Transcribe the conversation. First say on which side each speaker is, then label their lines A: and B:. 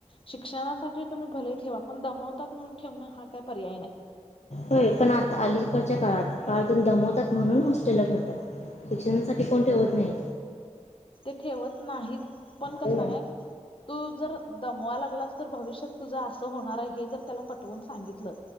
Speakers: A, on the left (about 45°); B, on the left (about 65°).
A: शिक्षणासाठी तुम्ही भले ठेवा पण दमवतात म्हणून ठेवणं हा काय पर्याय नाही.
B: होय पण आता अलीकडच्या काळात फारजन दमवतात म्हणून हॉस्टेलला ठेवतात शिक्षणासाठी कोण ठेवत नाही
A: ते ठेवत नाहीत पण कसं
B: हो
A: हाय तू जर दमवा लागलास तर भविष्यात तुझं असं होणार आहे हे जर त्याला पटवून सांगितलं